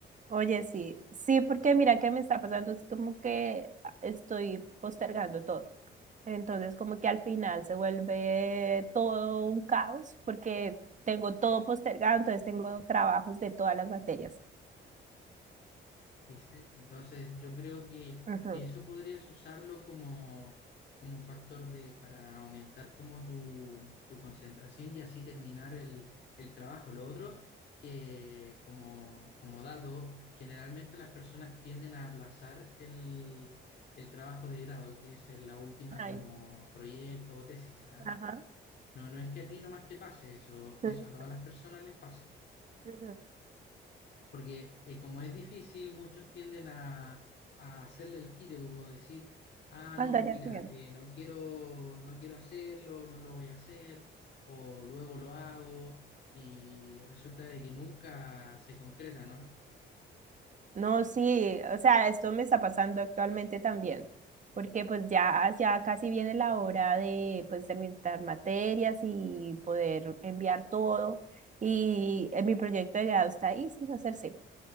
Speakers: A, on the right; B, on the left.
A: Oye, sí, sí, porque mira qué me está pasando, es como que ah, estoy postergando todo. Entonces, como que al final se vuelve todo un caos porque tengo todo postergado, entonces tengo trabajos de todas las materias.
B: ¿Viste? Entonces, yo creo que,
A: Ajá.
B: que eso podrías usarlo como, como factor de, para aumentar como tu, tu concentración y así terminar el, el trabajo. Lo otro, que como, como dato, generalmente las personas tienden a aplazar el, el trabajo de grado, que es la última
A: Ay,
B: como proyecto o tesis, ¿ah?
A: ajá.
B: No, no es que a ti nomás te pase eso, eso
A: Ujú.
B: a todas las personas les pasa.
A: Ujú.
B: Porque eh, como es difícil, muchos tienden a, a hacerle el quite, como decir, ah,
A: Cuando
B: no,
A: haya
B: mira,
A: tiempo.
B: eh, no quiero, no quiero hacerlo, no lo voy a hacer, o luego lo hago, y resulta de que nunca se concreta, ¿no?
A: No, sí, o sea, esto me está pasando actualmente también, porque pues ya, ya casi viene la hora de pues terminar materias y poder enviar todo y eh, mi proyecto de grado está ahí sin hacerse,